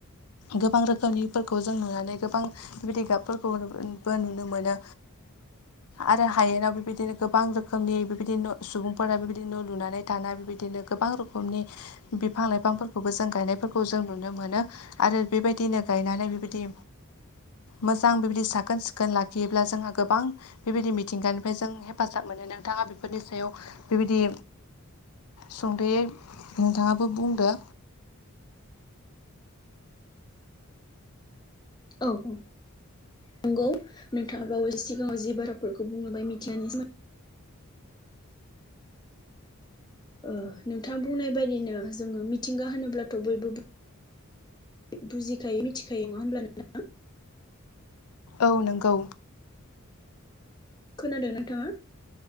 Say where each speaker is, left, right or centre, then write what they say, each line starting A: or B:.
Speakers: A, on the left; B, on the left.
A: गोबां रोखोमनिफोरखौ जों नुनानै गोबां बेबायदि गाबफोरखौबो नुनो मोनो। आरो हायेनाव बेबायदिनो गोबां रोखोमनि बेबायदि न' सुबुंफोरा बेबायदि न' लुनानै थानाय बिदिनो गोबां रोखोमनि बिफां लाइफांफोरखौबो जों गायनायफोरखौ जों नुनो मोनो। आरो बेबायदिनो गायनानै बेबायदि मोजां बिबायदि साखोन सिखोन लाखियोब्ला जोंहा गोबां बेबायदि मिथिंगानिफ्राय जों हेफाजाब मोनो नोंथाङा बेफोरनि सायाव बेबायदि सुंद'यै नोंथाङाबो बुंदो।
B: औ औ नंगौ नोंथाङा बावै सिगाङाव जि बाराफोरखौ बुंलांबाय मिथिगानि सोमो ओ नोंथां बुंनाय बायदिनो जोङो मिथिंगा होनोब्लाथ' बयबो बुजिखायो मिथिखायो नङा होमब्ला नोंथां?
A: औ नोंगौ।
B: खोनादों नोंथाङा